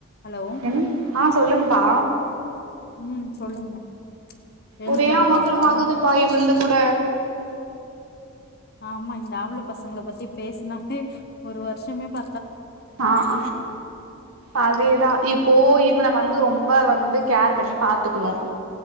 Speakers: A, on the left; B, on the right.
A: hello
B: என்ன ஆஹ் சொல்லுங்கபா
A: உம் சொல்லுங்க எழுந்துட்டானா
B: ஒரே அமக்களமாகுது
A: பாப்பா
B: பாய வந்து கூட
A: ஆமா இந்த ஆம்பள பசங்கள பத்தி பேசுனாலே ஒரு வருஷமே ப
B: ஆஹ் அதே தா இப்போ இ இப்ப நம்ப வந்து ரொம்ப வந்து கேர் பண்ணி பாத்துக்கணும்